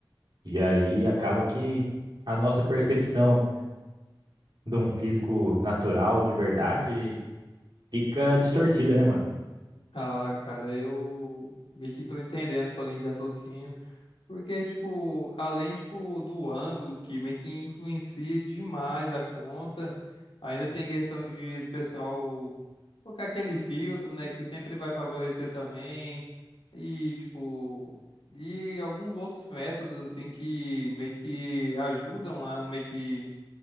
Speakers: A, on the right; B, on the left.
A: E aí acaba que a nossa percepção de um físico natural de verdade fica distorcida, né, mano?
B: Ah, cara, eu meio que tô entendendo sua linha de raciocínio. Porque, tipo, além, tipo, do ângulo que meio que influencia demais da conta, ainda tem questão de do pessoal colocar aquele filtro, né, que sempre vai favorecer também, e, tipo, e alguns outros métodos, assim, que meio que ajudam a meio que